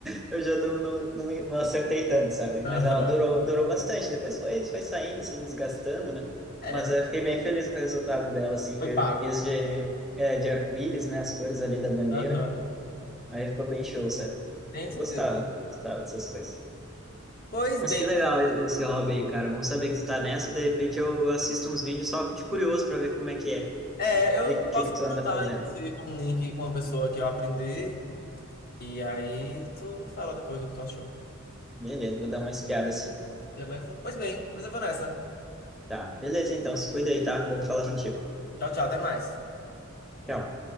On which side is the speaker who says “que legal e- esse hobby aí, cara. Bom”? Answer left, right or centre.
Centre